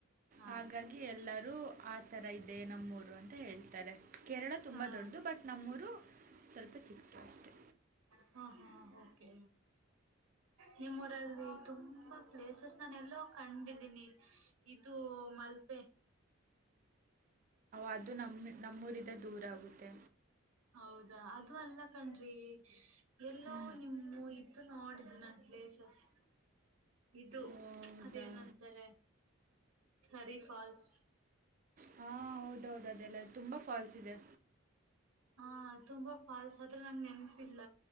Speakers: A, on the right (about 80°); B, on the right (about 40°).
A: ಹಾ
B: ಹಾಗಾಗಿ ಎಲ್ಲರೂ ಆ ತರ ಇದೆ ನಮ್ಮೂರು ಅಂತ ಹೇಳ್ತಾರೆ ಕೇರಳ ತುಂಬಾ
A: ಹಾ
B: ದೊಡ್ಡದು ಬಟ್ ನಮ್ಮೂರು ಸ್ವಲ್ಪ ಚಿಕ್ಕದು ಅಷ್ಟೆ
A: ಹಾ ಹಾ ಓಕೆ ನಿಮ್ಮೂರಲ್ಲಿ ತುಂಬಾ ಪ್ಲೇಸಸ್ ನಾನೆಲ್ಲೋ ಕಂಡಿದೀನಿ ಇದು ಮಲ್ಬೆ
B: ಅದು ನಮ್ಮ ನಮ್ಮೂರಿಂದ ದೂರಾಗುತ್ತೆ
A: ಹೌದಾ ಅದು ಅಲ್ಲ ಕಣ್ರಿ ಎಲ್ಲೋ
B: ಹ್ಞೂ
A: ನಿಮ್ಮ ಇದ್ದು ನೋಡ ನನ್ ಪ್ಲೇಸಸ್ಇದು
B: ಹೌದಾ
A: ಅದೇನಂತಾರೆ ಹರಿಫಾಲ್ಸ್
B: ಹಾ ಹೌದೌದು ಅದೆಲ್ಲ ತುಂಬಾ ಫಾಲ್ಸ್ ಇದೆ
A: ಹಾ ತುಂಬಾ ಫಾಲ್ಸ್ತ್ರ ಹತ್ರ ನನಗೆ ನೆನಪಿಲ್ಲ